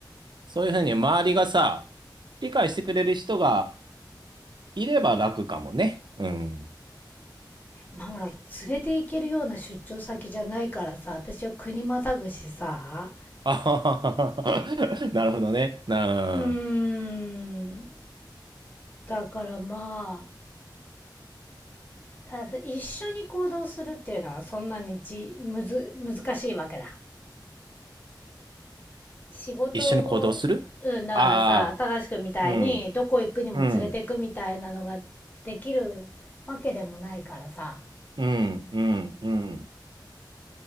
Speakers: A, on the right; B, on the left.
A: そういうふうに周りがさ、理解してくれる人がいれば楽かもね。うん。
B: まあほら連れて行けるような出張先じゃないからさ私は国またぐしさ
A: <laughs> あはははなるほどね。なあ、
B: うーんだからまあだ一緒に行動するっていうのはそんなにじむず難しいわけだ仕事を、
A: 一緒に行動するあ
B: うん、だからさ貴司君みたいにどこ行くにも連れてくみたいなのができるわけでもないからさ
A: あ、うん、うん、うん、うん、うん。